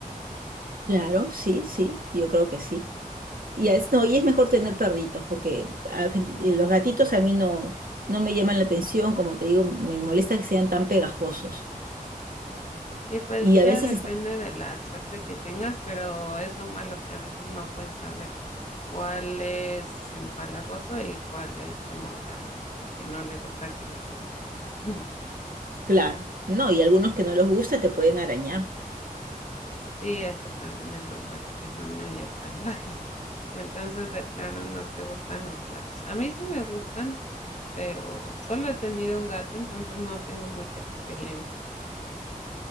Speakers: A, on the right; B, on the left.
A: Claro, sí, sí, yo creo que sí. Y es, no, y es mejor tener perritos, porque a fel- eh, los gatitos a mí no, no me llaman la atención, como te digo, me molesta que sean tan pegajosos.
B: Sí, pues
A: Y a
B: ya
A: veces
B: depende
A: están,
B: de la suerte que tengas, pero es lo malo que a veces no puedes saber cuál es empalagoso y cuál es como huraño o que no le gusta que lo toques. <laughs>
A: claro, no, y algunos que no los gusta te pueden arañar.
B: Sí, eso también es lo malo, que son medio <laughs> salvajes. Entonces, de plano no te gustan los gatos. A mí sí me gustan, pero solo he tenido un gato, entonces no tengo mucha experiencia.